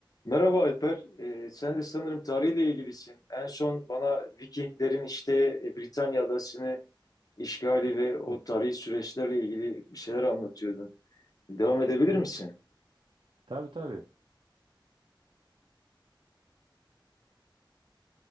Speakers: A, on the left (about 45°); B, on the right (about 90°).
A: Merhaba Alper. Ee, sen de sanırım tarihle ilgilisin. En son bana Vikinglerin işte e, Britanya adasını işgali ve o
B: Hı
A: tarihi süreçlerle ilgili bir şeyler anlatıyordun. Devam edebilir
B: hı. hı.
A: misin?
B: Tabii tabii.